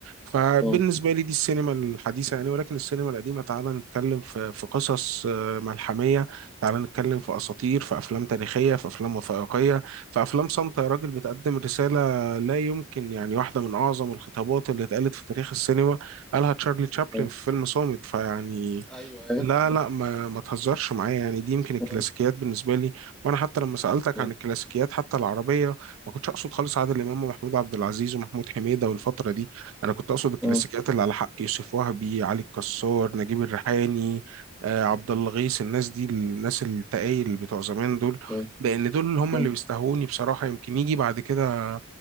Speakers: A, on the right; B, in the centre.
A: فبالنسبة
B: م-
A: لي دي السينما الحديثة يعني ولكن السينما القديمة تعالى نتكلم في في قصص آه، ملحمية تعالى نتكلم في أساطير في أفلام تاريخية في أفلام وثائقية في أفلام صامتة يا راجل بتقدم رسالة لا يمكن يعني واحدة من أعظم الخطابات اللي اتقالت في تاريخ السينما قالها تشارلي تشابلن
B: م-
A: في فيلم صامت فيعني
B: ايوه أيوه.
A: لا لا ما ما تهزرش معايا يعني دي يمكن الكلاسيكيات
B: م-
A: بالنسبة لي وأنا حتى لما سألتك
B: م-
A: عن الكلاسيكيات حتى العربية ما كنتش أقصد خالص عادل إمام ومحمود عبد العزيز ومحمود حميدة والفترة دي أنا كنت أقصد الكلاسيكيات
B: اه
A: اللي على حق يوسف وهبي علي الكسار نجيب الريحاني آه، عبد الغيث الناس دي الناس التقايل بتوع زمان دول
B: اه
A: لأن دول هم
B: اه
A: اللي بيستهوني بصراحة يمكن يجي بعد كده